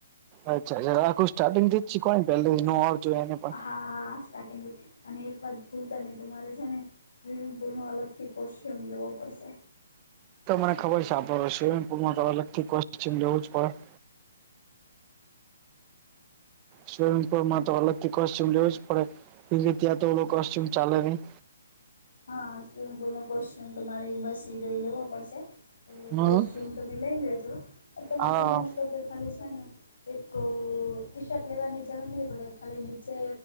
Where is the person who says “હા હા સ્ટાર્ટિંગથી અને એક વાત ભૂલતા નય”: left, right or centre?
Left